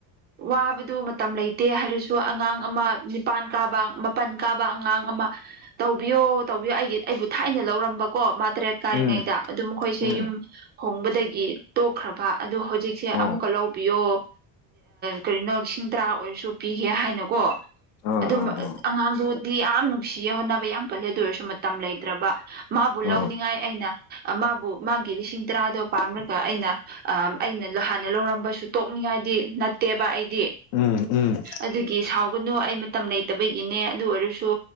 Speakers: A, on the right (about 25°); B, on the left (about 45°).
A: ꯋꯥꯕ ꯑꯗꯨ ꯃꯇꯝ ꯂꯩꯇꯦ ꯍꯥꯏꯔꯁꯨ ꯑꯉꯥꯡ ꯑꯃ ꯅꯤꯄꯥꯟ ꯀꯥꯕ ꯃꯥꯄꯟ ꯀꯥꯕ ꯑꯉꯥꯡ ꯑꯃ ꯇꯧꯕꯤꯌꯣ ꯇꯧꯕꯤꯌꯣ ꯑꯩꯒꯤ ꯑꯩꯕꯨ ꯊꯥꯏꯅ ꯂꯧꯔꯝꯕ ꯀꯣ ꯃꯥ ꯇꯔꯦꯠ ꯀꯥꯔꯤꯉꯩꯗ
B: ꯎꯝ
A: ꯑꯗꯨ ꯃꯈꯣꯏꯁꯦ
B: ꯎꯝ
A: ꯌꯨꯝ ꯍꯣꯡꯕꯗꯒꯤ ꯇꯣꯛꯈ꯭ꯔꯕ ꯑꯗꯨ ꯍꯧꯖꯤꯛꯁꯦ
B: ꯑꯣ
A: ꯑꯃꯨꯛꯀ ꯂꯧꯕꯤꯌꯣ ꯀꯔꯤꯅꯣ ꯂꯤꯁꯤꯡ ꯇꯔꯥ ꯑꯣꯏꯔꯁꯨ ꯄꯤꯒꯦ ꯍꯥꯏꯅꯀꯣ
B: ꯑꯥ
A: ꯑꯗꯨꯝ
B: ꯑꯥ ꯑꯥ
A: ꯑꯉꯥꯡꯗꯨꯗꯤ ꯌꯥꯝ ꯅꯨꯡꯁꯤꯌꯦ ꯍꯣꯠꯅꯕ ꯌꯥꯝ ꯀꯜꯂꯦꯗ ꯑꯣꯏꯔꯁꯨ ꯇꯝ ꯂꯩꯇ꯭ꯔꯕ ꯃꯥꯕꯨ
B: ꯑ
A: ꯂꯧꯅꯤꯡꯉꯥꯏ ꯑꯩꯅ ꯃꯥꯕꯨ ꯃꯥꯒꯤ ꯂꯤꯁꯤꯡ ꯇꯔꯥꯗꯣ ꯄꯥꯝꯔꯒ ꯑꯩꯅ ꯑ ꯑꯩꯅ ꯍꯥꯟꯅ ꯂꯧꯔꯝꯕꯁꯨ ꯇꯣꯛꯅꯤꯡꯉꯥꯏ ꯅꯠꯇꯦꯕ ꯗꯤ
B: ꯎꯝ ꯎꯝ
A: ꯑꯗꯨꯒꯤ ꯁꯥꯎꯒꯅꯨ ꯑꯩ ꯃꯇꯝ ꯂꯩꯇꯕꯒꯤꯅꯦ ꯑꯗꯨ ꯑꯣꯏꯔꯁꯨ